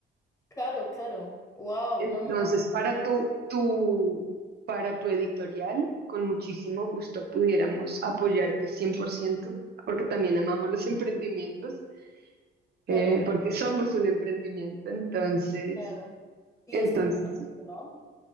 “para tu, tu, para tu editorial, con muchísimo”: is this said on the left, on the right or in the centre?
Right